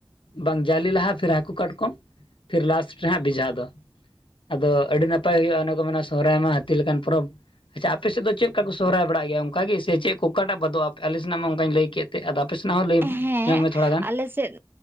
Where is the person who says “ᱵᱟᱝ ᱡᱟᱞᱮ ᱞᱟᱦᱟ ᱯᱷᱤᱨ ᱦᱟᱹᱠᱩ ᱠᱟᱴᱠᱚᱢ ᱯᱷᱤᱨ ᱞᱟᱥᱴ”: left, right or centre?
Left